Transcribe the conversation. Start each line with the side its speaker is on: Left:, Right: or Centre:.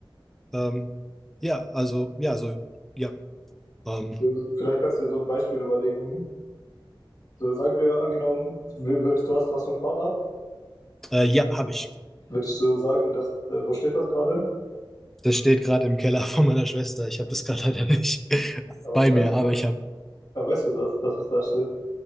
Centre: ähm, ja, also ja, also ja, ähm,
Left: So, vielleicht kannst du dir so ein Beispiel überlegen, So, sagen wir angenommen, wür- würdest, du hast, hast so ein Fahrrad,
Centre: äh, ja, habe ich.
Left: würdest du sagen, dass, äh, wo steht das gerade?
Centre: Das steht gerade im Keller von meiner Schwester. Ich habe das gerade leider nicht <laughs>
Left: Aber
Centre: bei
Left: weißt,
Centre: mir, aber
Left: du-
Centre: ich habe.
Left: aber weißt du das, dass es da steht?